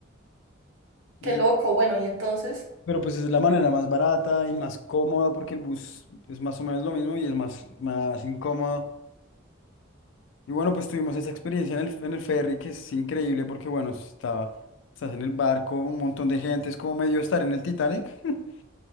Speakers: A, on the left; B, on the right.
A: Y,
B: Qué loco. Bueno, y entonces,
A: pero pues es la manera más barata y más cómoda porque el bus es más o menos lo mismo y es más, más incómodo. Y bueno, pues tuvimos esa experiencia en el, en el ferry que es increíble porque, bueno, estaba, estás en el barco, un montón de gente, es como medio estar en el Titanic. <laughs>